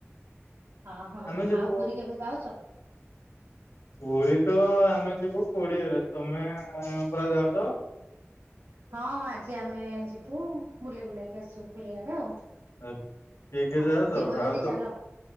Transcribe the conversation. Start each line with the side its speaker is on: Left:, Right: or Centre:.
Right: ଅଁ, ହଁ,
Left: ଆମେ ଯିବୁ
Right: ଆଉ ପୁରୀ କେବେ ଯାଉଚ?
Left: ପୁରୀ ତ ଆମେ ଯିବୁ କୋଡିଏରେ, ତୋମେ ଆଉ <unintelligible> ପରା ଯାଉଚ?
Right: ହଁ ଆଜି ଆମେ ଯିବୁ ବୁଲି ବୁଲାଇକି ଆସିବୁ ପୁରୀ ଆଡେ ଆଉ।
Left: ଏ କିଏ କିଏ
Right: ହଁ
Left: ଯାଉଚ
Right: ଯିବ
Left: ଭାଉଛ
Right: ଯଦି ଚାଲ